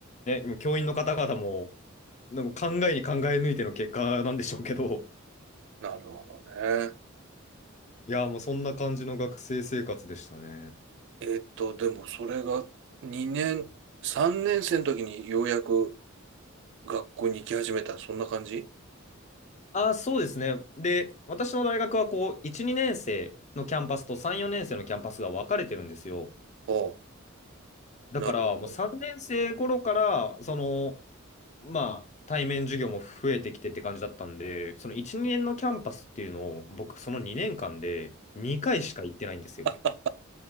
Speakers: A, on the left; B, on the right.
A: ね、もう教員の方々も、なんか考えに考え抜いての結果なんでしょうけど、
B: なるほどね。
A: いや、もうそんな感じの学生生活でしたね。
B: えっと、でもそれが2年、3年生の時にようやく学校に行き始めた、そんな感じ
A: あ、そうですね。で、私の大学はこう、1、2年生のキャンパスと3、4年生のキャンパスが分かれてるんですよ。
B: おう、
A: だから、
B: なるほど。
A: もう3年生頃から、その、まあ、対面授業も増えてきてって感じだったんで、その1、2年のキャンパスっていうのを、僕、その2年間で2回しか行ってないんですよ。
B: あ、